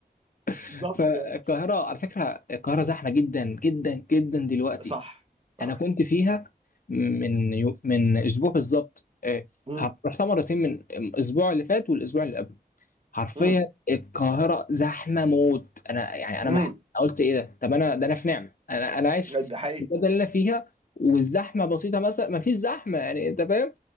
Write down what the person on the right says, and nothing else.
بالظبط
يعني
صح صح
امم
امم
امم
ده
حقيقي